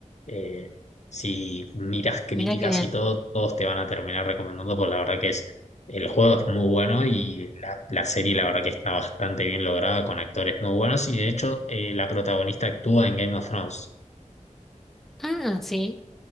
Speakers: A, on the left (about 60°); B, in the centre.
A: eh, si miras críticas
B: mira qué bien.
A: y todo, todos te van a terminar recomendando, porque la verdad que es, el juego es muy bueno y la, la serie la verdad que está bastante bien lograda con actores muy buenos y de hecho eh, la protagonista actúa en Game of Thrones.
B: Ah, sí,